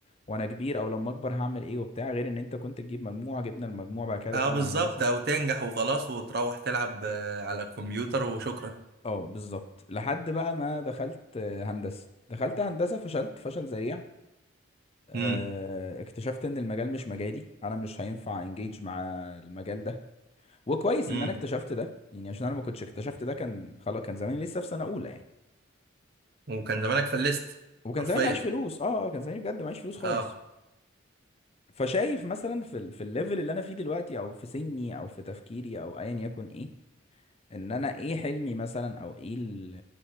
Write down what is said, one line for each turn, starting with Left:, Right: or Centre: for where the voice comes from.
Left: وانا كبير او لما اكبر هعمل ايه وبتاع غير ان انت كنت تجيب مجموعة جبنا المجموع بعد كده
Right: اه
Left: دخلنا
Right: بالظبط
Left: هندسة
Right: او تنجح وخلاص وتروح تلعب آه، على الكمبيوتر وشكرا
Left: اه بالظبط لحد بقى ما دخلت آه، هندسة دخلت هندسة فشلت فشل ذريع آه،
Right: امم
Left: اكتشفت ان المجال مش مجالي انا مش هينفع انجيج مع المجال ده وكويس
Right: امم
Left: ان انا اكتشفت ده يعني عشان انا ما كنتش اكتشفت ده كان خلاص كان زماني لسه في سنة اولى يعني
Right: وكان زمانك فلست
Left: وكان
Right: حرفيا
Left: زماني معيش فلوس اه آه، كان زماني بجد معيش فلوس خالص
Right: اه
Left: فشايف مثلا في ال... في الليفل اللي انا فيه دلوقتي او في سني او في تفكيري او ايا يكن ايه ان انا ايه حلمي مثلا او ايه ال...